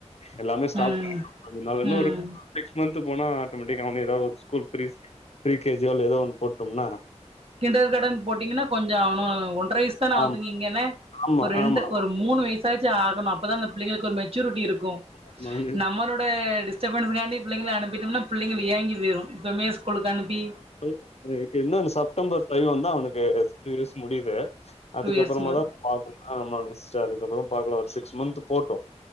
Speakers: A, on the left; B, on the right.
A: எல்லாமே ஸ்டாப்
B: ம்
A: பண்ணிட்டோம் அதனால இன்னும்
B: ம்
A: ஒரு சிக்ஸ் மந்த் விட்டு போனா ஆட்டோமேட்டிக்க அவன வந்து ஏதாவது ஸ்கூல் பிரி கேஜியோ இல்ல ஏதாவது ஒன்னுல போட்டுடோம்னா
B: கிண்டர் காடன் போட்டீங்கன்னா கொஞ்சோம் அவனும் ஒன்றரை வயசு தானே ஆகுதுங்க
A: ஆமா
B: இங்கன்ன
A: ஆமா
B: ஒரு ரெண்டு
A: ஆமா
B: ஒரு மூணு வயசாச்சும் ஆகணும் அப்பதான் அந்த பிள்ளைங்களுக்கு ஒரு மெச்சூரிட்டி இருக்கும்
A: ஆமாங்க
B: நம்மளோட செட் பண்ணனும் காண்டி புள்ளங்களஅனுப்பிட்டோம்னா பிள்ளைங்க ஏங்கி போயிரும் இப்பவே ஸ்கூலுக்கு அனுப்பி
A: இந்த இன்னும் செப்டம்பர் பைவ் வந்தா அவனுக்கு டூ இயர்ஸ் முடியுது அதுக்கப்புறமா
B: டூ இயர்ஸ் ம
A: தான் பாக்கனும் ஆமாங்க சிஸ்டர் அதுக்கப்புறமா பாக்கலாம் ஒரு சிக்ஸ் மந்த்த் போட்டும்